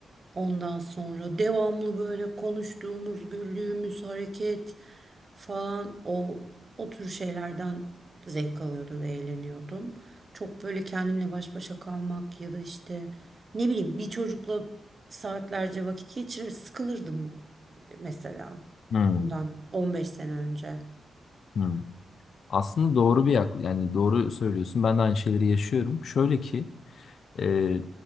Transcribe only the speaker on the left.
Hmm,
hmm. Aslında doğru bir yak yani doğru söylüyorsun. Ben de aynı şeyleri yaşıyorum. Şöyle ki e,